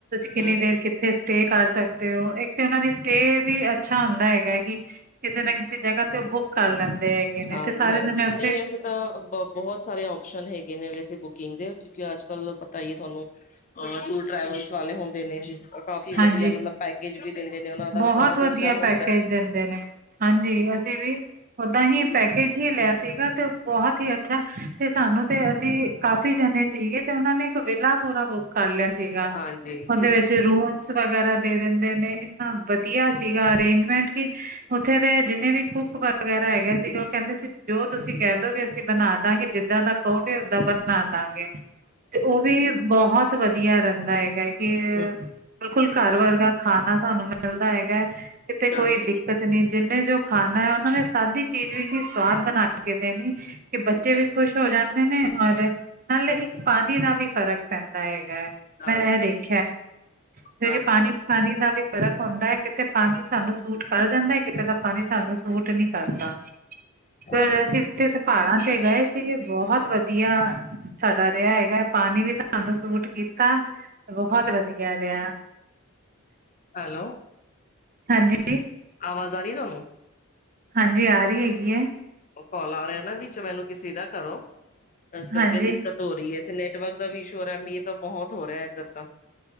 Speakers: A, on the right (about 40°); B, on the left (about 35°).
A: ਕਿੰਨੀ
B: ਹੂੰ
A: ਦੇਰ ਕਿੱਥੇ ਸਟੇ ਕਰ ਸਕਦੇ ਓ, ਇੱਕ ਤੇ ਉਹਨਾਂ ਦੀ ਸਟੇ ਵੀ ਅੱਛਾ ਹੁੰਦਾ ਹੈਗਾ ਕੀ ਕਿਸੇ ਨਾ ਕਿਸੇ ਜਗ੍ਹਾ ਤੇ ਬੁੱਕ ਕਰ ਲੈਂਦੇ ਹੈਗੇ ਨੇ
B: ਹਾਂਜੀ-ਹਾਂਜੀ
A: ਤੇ ਸਾਰੇ ਜਣੇ ਉੱਥੇ
B: ਨਹੀਂ ਵੈਸੇ ਤਾਂ ਬਹੁਤ ਸਾਰੇ ਓਪਸ਼ਨ ਹੈਗੇ ਨੇ ਵੈਸੇ ਬੁਕਿੰਗ ਦੇ ਕਿਉਂਕਿ ਅੱਜ-ਕਲ ਪਤਾ ਈ ਐ ਤੁਹਾਨੂੰ ਅ ਟੂਰ ਟਰੈਵਲਸ ਵਾਲੇ ਹੁੰ ਦੇ ਨੇ ਕਾਫੀ ਵਧੀਆ
A: ਹਾਂਜੀ
B: ਮਤਲਬ ਪੈਕੇਜ ਵੀ ਦਿੰਦੇ ਨੇ, ਉਹਨਾ ਦਾ
A: ਬਹੁਤ
B: ਸਾਰਾ ਸਿਸਟਮ
A: ਵਧੀਆ
B: ਹੁੰਦੈ।
A: ਪੈਕੇਜ ਦਿੰਦੇ ਨੇ ਹਾਂਜੀ, ਅਸੀਂ ਵੀ ਓਦਾਂ ਹੀ ਪੈਕੇਜ
B: ਹੈ
A: ਹੀ ਲਿਆ ਸੀਗਾ ਤੇ ਬਹੁਤ ਹੀ ਅੱਛਾ ਤੇ ਸਾਨੂੰ ਤੇ ਅਸੀਂ ਕਾਫੀ ਜਣੇ ਸੀਗੇ ਤੇ ਉਹਨਾਂ ਨੇ ਇੱਕ ਵਿਲਾ ਪੂਰਾ ਬੁ ਕਰ ਲਿਆ ਸੀਗਾ।
B: ਹਾਂਜੀ-ਹਾਂਜੀ-ਹਾਂਜੀ
A: ਉਹਦੇ ਵਿੱਚ ਰੂਮਸ ਵਗੈਰਾ ਦੇ ਦਿੰਦੇ ਨੇ, ਇੰਨਾ ਵਧੀਆ ਸੀਗਾ ਅਰੇਂਜਮੈਂਟ ਕਿ ਉੱਥੇ ਦੇ ਜਿੰਨੇ ਵੀ ਕੁੱਕ ਵਗੈਰਾ ਹੈਗੇ ਸੀਗੇ, ਉਹ ਕਹਿੰਦੇ ਸੀ ਜੋ ਤੁਸੀਂ ਕਹਿ ਦੋਗੇ ਅਸੀਂ ਬਣਾ ਦਾਂਗੇ ਜਿੱਦਾਂ ਦਾ ਕਹੋਗੇ, ਓਦਾਂ ਦਾ ਬਣਾ ਦਾਂਗੇ ਤੇ ਉਹ ਵੀ ਬਹੁਤ ਵਧੀਆ ਰਹਿੰਦਾ ਹੈਗਾ ਹੈ ਕਿ
B: ਹੂੰ
A: ਬਿਲਕੁਲ ਘਰ ਵਰਗਾ ਖਾਣਾ ਸਾਨੂੰ ਮਿਲਦਾ ਹੈਗੈ, ਕਿਤੇ ਕੋਈ
B: ਹਾਂਜੀ
A: ਦਿੱਕਤ ਨਈ ਜਿਹਨੇ ਜੋ ਖਾਣਾ ਹੈ ਉਹਨਾਂ ਨੇ ਸਾਦੀ ਚੀਜ਼ ਵੀ ਇੰਨੀ ਸਵਾਦ ਬਣਾ ਕੇ ਦੇਣੀ। ਕਿ ਬੱਚੇ ਵੀ ਖੁਸ਼ ਹੋ ਜਾਂਦੇ ਨੇ ਔਰ ਨਾਲੇ ਇੱਕ ਪਾਣੀ ਦਾ ਵੀ ਫ਼ਰਕ ਪੈਂਦਾ ਹੈਗਾ ਐ।
B: ਹਾਂਜੀ।
A: <unintelligible> ਕਿਉਂਕਿ
B: ਹਾਂਜੀ
A: ਪਾਣੀ ਪਾਣੀ ਦਾ ਵੀ ਫ਼ਰਕ ਹੁੰਦਾ ਐ, ਕਿਤੇ ਪਾਣੀ ਸਾਨੂੰ ਸੂਟ ਕਰ ਜਾਂਦੇ, ਕਿਤੇ ਦਾ ਪਾਣੀ ਸਾਨੂੰ ਸੂਟ ਨੀ ਕਰਦਾ,
B: ਸੋ
A: ਫਿਰ ਅਸੀਂ ਤੇ ਉਥੇ ਪਹਾੜਾਂ ਤੇ ਗਏ ਸੀਗੇ, ਬਹੁਤ ਵਧੀਆ ਸਾਡਾ ਰਿਹਾ ਹੈਗਾ। ਪਾਣੀ ਵੀ ਸਾਨੂੰ ਸੂਟ ਕੀਤਾ, ਬਹੁਤ ਵਧੀਆ ਰਿਹਾ।
B: ਹੈਲੋ।
A: ਹਾਂਜੀ
B: ਆਵਾਜ਼ ਆ ਰਹੀ ਹੈ ਥੋਨੂੰ?
A: ਹਾਂਜੀ ਆ ਰਹੀ ਹੈਗੀ ਐਂ।
B: ਉਹ ਕਾਲ ਆ ਰਿਹਾ ਨਾ ਵਿੱਚ ਮੈਨੂੰ ਕਿਸੇ ਦਾ ਘਰੋ, ਇਸ ਕਰਕੇ
A: ਹਾਂਜੀ
B: ਦਿੱਕਤ ਹੋ ਰਹੀ ਹੈ, ਇੱਥੇ ਨੈਟਵਰਕ ਦਾ ਵੀ ਇਸ਼ੂ ਹੋ ਰਿਹਾ। ਮੀਹ ਤਾਂ ਬਹੁਤ ਹੋ ਰਿਹਾ ਇੱਧਰ ਤਾਂ